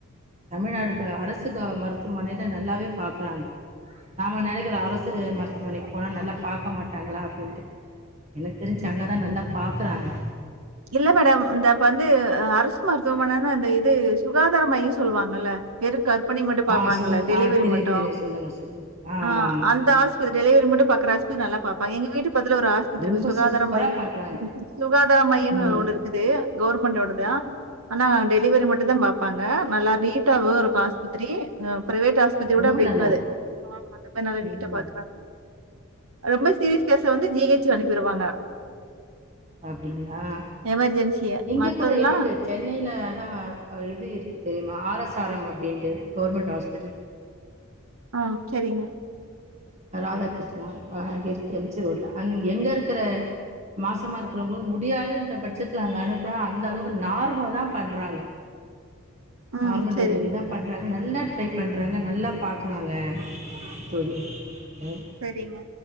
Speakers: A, on the right (about 30°); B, on the right (about 80°).
A: தமிழ்நாடு அரசு க மருத்துவமனையில நல்லாவே பாக்குறாங்க நாம நினைக்கிறோ அரசு மருத்துவமனைக்கு போனா நல்லா பார்க்க மாட்டாங்களா அப்டின்ட்டு எனக்கு தெரிஞ்சு அங்கதா நல்லா பாக்குறாங்க
B: இல்ல மேடம் இந்த இப்ப வந்து அரசு மருத்துவமனைனா அந்த இது சுகாதார மையம் சொல்லுவாங்கல்ல வெறு க பணி மட்டும் பாப்பாங்கள
A: ஆ சொல்லுங்க.
B: டெலிவரி
A: ஆ தெரியும்,
B: மட்டும்
A: தெரியும். சொல்லுங்க, சொல்லுங்க.
B: ஆ
A: ஆமா, ஆமா.
B: அந்த ஆஸ்பத் டெலிவரி மட்டும் பாக்குற ஆஸ் க்கு நல்லா பாப்பாங்க எங்க வீட்டுப் பக்கதுல ஒரு ஆஸ்பித்ரி
A: ரொம்ப
B: இருக்கு சுகாதார
A: சூப்பரா
B: மையன்னு
A: பார்க்குறாங்க.
B: சுகாதார மைய் இன்னு
A: ம்.
B: ஒன்னு இருக்குது கவர்மெண்டோடதுதான் ஆனா டெலிவரி மட் மட்டுந்தான் பாப்பாங்க நல்லா நீட்டாவு இருக்கும் ஆஸ்பத்திரி அ பிரைவேட் ஆஸ்பித்திரி கூட
A: ரொம்ப
B: அப்டி இருக்காது
A: நல்லாயிருக்கும்.
B: ஆ அந்த மாரி நல்லா நீட்டா
A: ம்ஹ்ம்.
B: பாத்துகுறாங்க ரொம்ப சீரிஸ் கேஸ வந்து ஜிஹெச்சு அனுப்பிருவாங்க
A: அப்டிங்க ஆ
B: எமர்ஜென்சிய
A: இங்க
B: மத்ததெல்லாம்
A: கூட இருக்கு சென்னைல அதான் அ இது இருக்குது ஆர் எஸ் ஆர் எம் அப்டின்ட்டு கவர்மெண்ட் ஹாஸ்பிட்டல்
B: ஆ சரிங்க
A: ராதாகிருஷ்ணன் அ இருக்கு எம் ஜி ரோட்ல அங் எங்க இருக்குற மாசமா இருக்குறவங்களு முடியாதுன்ற பட்சத்துல அங்க அனுப்புனா அந்த அளவுக்கு நார்மல் தான் பண்றாங்க
B: ம்
A: நார்மல்
B: சரிங்க,
A: டெலிவரி தான் பண்றாங்க நல் ல்லா ட்ரை பண்றாங்க நல்லா பாக்குறாங்க தோழி ம்.
B: சரிங்க